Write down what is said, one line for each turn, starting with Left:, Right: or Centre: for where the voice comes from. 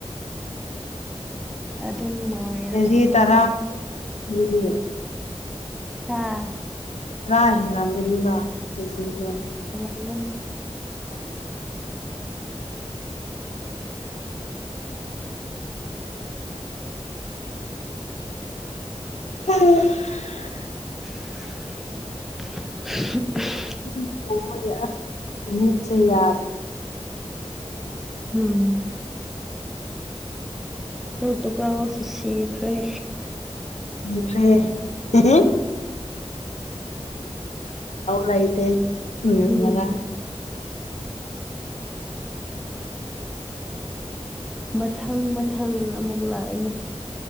Centre: ꯑꯗꯨꯝ ꯅꯨꯉꯥꯏꯔꯕꯅꯦ
Left: ꯀꯦꯖꯤ
Centre: ꯃꯥꯗꯤ
Left: ꯇꯔꯥ ꯑꯗꯨꯗꯤ
Centre: ꯍꯥꯥ
Left: ꯄꯨꯔꯥ ꯍꯦꯜꯂꯝꯒꯅꯤꯕ ꯀꯦꯖꯤꯗꯣ
Centre: ꯉꯨꯅꯤ
Left: <unintelligible>
Centre: <unintelligible>
Left: <unintelligible> ꯃꯤꯠꯁꯦ ꯌꯥꯗꯔꯦ
Centre: ꯎꯝ ꯄꯣꯔꯇꯨꯒꯜꯁꯨ ꯁꯤꯈꯔꯦ
Left: ꯁꯤꯈ꯭ꯔꯦ <unintelligible> ꯂꯩꯇꯦ ꯉꯔꯥꯡ
Centre: ꯎꯝ ꯃꯊꯪ ꯃꯊꯪ ꯑꯃꯨꯛ ꯂꯥꯛꯏꯅꯦ